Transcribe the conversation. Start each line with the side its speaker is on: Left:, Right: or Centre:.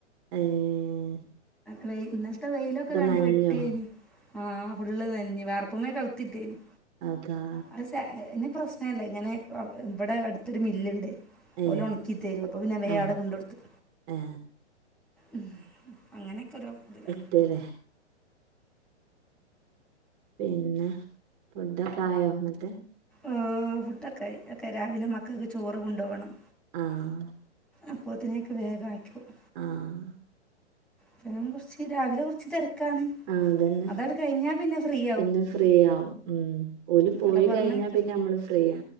Right: ആഹ്
Centre: വെയി ഇന്നലത്തെ വെയിലൊക്കെ കണ്ട്
Right: നനഞ്ഞോ
Centre: വെട്ടിയേനി ആ ഫുള്ള് നനഞ്ഞി വർ പ്പുമേ കൗത്തിട്ടീന്ന്
Right: അതാ
Centre: അത് സാ എന്നെ പ്രശ്നല്ലേ ഇങ്ങനെ ഇവിടെ അടുത്തൊരു മില്ലുണ്ട്
Right: ഏ
Centre: ഓല് ഒണക്കി തരും അപ്പൊ പിന്നെ വേ
Right: ആ
Centre: ആടെ കൊണ്ട് കൊടുത്ത്ട്ട്
Right: ഏ
Centre: ഉം അങ്ങനെയൊക്കെരോ ഇത് ല്ലെ
Right: ത്ത് ലേ പിന്നെ ഫുഡ് ഒക്കെ ആയോ ഇന്നട്ട്
Centre: ആ ഫുഡൊക്കായി ഒക്കെ രാവിലെ മക്കൾക്ക് ചോറ് കൊണ്ടോവണം
Right: ആഹ്
Centre: അപ്പോത്തിനേക്ക് വേഗം ആക്കി കൊടു
Right: ആഹ്
Centre: പിന്നെ കൊറച്ച് രാവിലെ കൊറച്ച് തിരക്കാണ്
Right: ആ അതന്നെ
Centre: അതട് കഴിഞ്ഞാൽ പിന്നെ ഫ്രീയാവും
Right: പിന്നെ ഫ്രീയാവും ഉം ഓല് പോയി
Centre: ഓലെ പറഞ്ഞയക്കൽ
Right: കഴിഞ്ഞാൽ പിന്നെ നമ്മള് ഫ്രീയാ